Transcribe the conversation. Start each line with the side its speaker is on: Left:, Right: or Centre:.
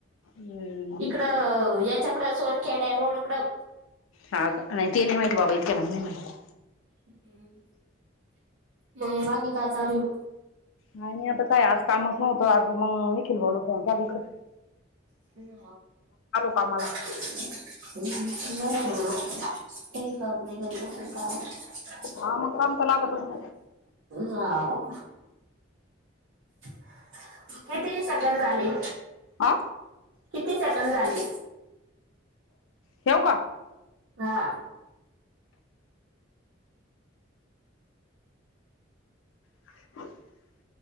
Left: हम्म.
Right: इकड याच्याकड सोनखेडया रोड कड.
Left: हा का नाही ते नाही माहिती बाबा इतक्या लांब नाही माहिती.
Right: हम्म, मग बाकी काय चालू मग?
Left: काही नाही आता काही आज कामच नव्हतं आज मग निखिल भाऊला फोन केला इकडं.
Right: निखिल
Left: कामाला
Right: भाऊ का <unintelligible> काही काळत नाही <unintelligible>
Left: हा मग काम त लागतच ना.
Right: हाव. हे काय तिन सटर झाले.
Left: आ?
Right: किती सेकंड झाले?
Left: ठेऊ का?
Right: हा.
Left: ह <unintelligible> <inaudible>